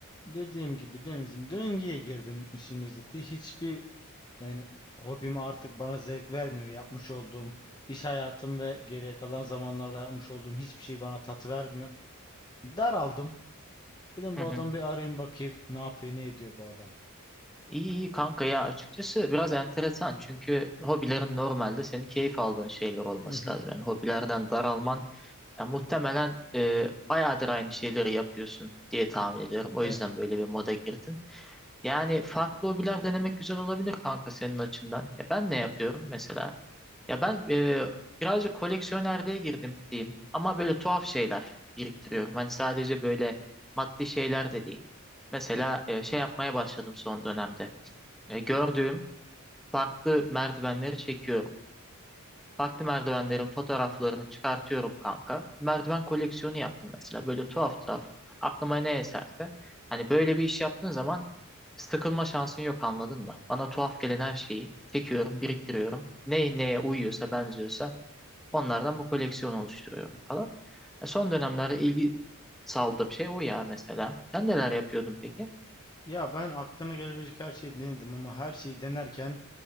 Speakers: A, on the left; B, in the centre.
A: Dediğim gibi Deniz'im döngüye girdim işin özeti. Hiçbir yani hobim artık bana zevk vermiyor. Yapmış olduğum iş hayatım ve geriye kalan zamanlarda yapmış olduğum hiçbir şey bana tat vermiyor. Daraldım. Dedim
B: Hı
A: bu
B: hı.
A: adamı bir arayayım bakayım. Ne yapıyor, ne ediyor bu adam.
B: İyi iyi kanka ya açıkçası biraz enteresan çünkü hobilerin normalde senin keyif aldığın şeyler olması
A: Hı hı.
B: lazım. Yani hobilerden daralman Ya muhtemelen e, bayağıdır aynı şeyleri yapıyorsun diye tahmin ediyorum. O
A: Evet.
B: yüzden böyle bir moda girdin. Yani farklı hobiler denemek güzel olabilir kanka senin açından. Ya ben ne yapıyorum mesela? Ya ben e, birazcık koleksiyonerliğe girdim diyeyim. Ama böyle tuhaf şeyler biriktiriyorum. Hani sadece böyle maddi şeyler de değil. Mesela e, şey yapmaya başladım son dönemde. E, gördüğüm farklı merdivenleri çekiyorum. Farklı merdivenlerin fotoğraflarını çıkartıyorum kanka. Merdiven koleksiyonu yaptım mesela. Böyle tuhaf tuhaf. Aklıma ne eserse. Hani böyle bir iş yaptığın zaman sıkılma şansın yok anladın mı? Bana tuhaf gelen her şeyi çekiyorum, biriktiriyorum. Ne neye uyuyorsa, benziyorsa onlardan bu koleksiyonu oluşturuyorum falan. E, son dönemlerde ilgi saldığım şey o ya mesela. Sen neler yapıyordun peki?
A: Ya ben aklına gelebilecek her şeyi denedim ama her şeyi denerken